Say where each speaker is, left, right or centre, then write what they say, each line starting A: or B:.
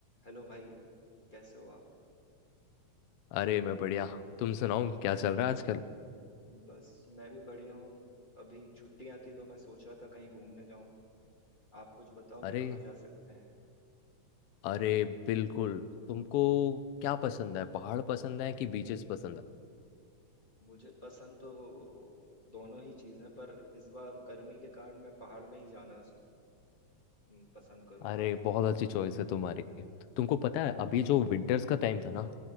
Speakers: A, on the left; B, on the left.
A: Hello भाई कैसे हो आप
B: अरे मैं बढ़िया तुम सुनाओ क्या चल रहा है आजकल
A: बस मैं भी बढ़िया हूँ अभी छुट्टियां थी तो मैं सोच रहा था कहीं घूमने जाऊं आप कुछ बताओगे
B: अरे
A: कहाँ जा सकते हैं
B: अरे बिल्कुल तुमको क्या पसंद है पहाड़ पसंद है कि बीचेस पसंद है
A: मुझे पसंद तो दोनों ही चीज़ें पर इस बार गर्मी के कारण मैं पहाड़ में ही जाना सु- म, पसंद करूंगा
B: अरे बहुत अच्छी चॉइस है तुम्हारी तुमको पता है अभी जो विंटर्स का टाइम था ना